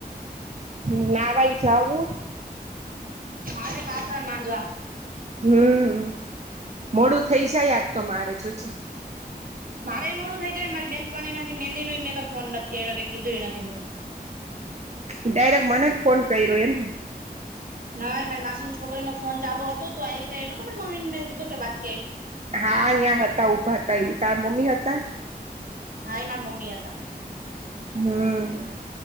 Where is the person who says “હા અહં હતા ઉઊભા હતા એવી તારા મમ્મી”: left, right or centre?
Right